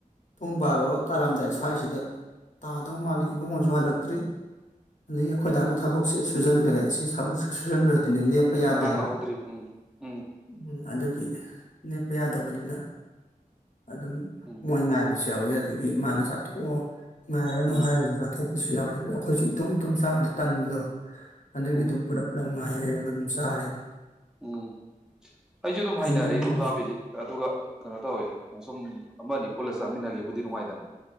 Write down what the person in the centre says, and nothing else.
ꯎꯝ
ꯉꯔꯥꯡ
ꯂꯥꯛꯍꯧꯗ꯭ꯔꯤꯕ ꯎꯝ ꯎꯝ
ꯎꯝ
ꯎꯝ
ꯎꯝ
ꯎꯝ ꯑꯩꯁꯨ ꯑꯗꯨꯝ
ꯍꯩꯅꯔꯦ ꯏꯗꯣꯝꯆꯥꯕꯤꯗꯤ
ꯑꯗꯨꯒ ꯀꯩꯅꯣ ꯇꯧꯋꯦ ꯁꯁꯨꯝ ꯑꯃ ꯑꯅꯤ ꯄꯨꯂ ꯆꯥꯃꯤꯟꯅꯒꯦꯕꯨꯗꯤ ꯅꯨꯡꯉꯥꯏꯗꯅ